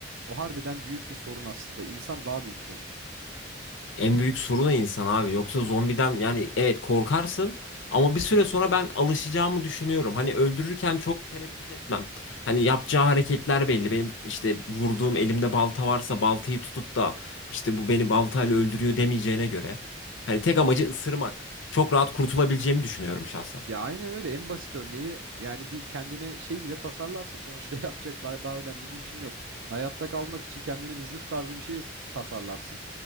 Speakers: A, on the right; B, on the left.
A: O harbiden büyük bir sorun aslında. İnsan daha büyük sorun.
B: En büyük sorun insan abi. Yoksa zombiden yani evet korkarsın ama bir süre sonra ben alışacağımı düşünüyorum. Hani öldürürken çok tereddüt etmem. Hani yapacağı hareketler belli. Benim işte vurduğum elimde balta varsa baltayı tutup da işte bu beni baltayla öldürüyor demeyeceğine göre. Hani tek amacı ısırmak. Çok rahat kurtulabileceğimi düşünüyorum şahsen.
A: Ya aynen öyle en basit örneği yani bir kendine şey bile tasarlarsa sonuçta <laughs> yapacak ba- daha önemli bir işin yok. Hayatta kalmak için kendine bir zırh tarzı bir şey ıs- tasarlarsın.